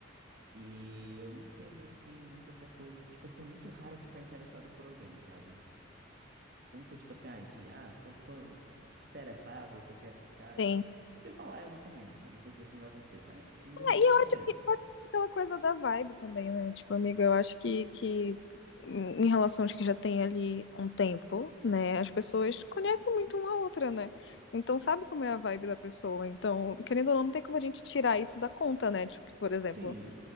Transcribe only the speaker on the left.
sim.
É,
e eu
acho que pode ser aquela coisa da vibe também, né? Tipo, amigo, eu acho que, que em relação aos que já tem ali um tempo, né? As pessoas conhecem muito uma outra, né? Então sabe como é a vibe da pessoa. Então, querendo ou não, não tem como a gente tirar isso da conta, né? Tipo, que, por exemplo,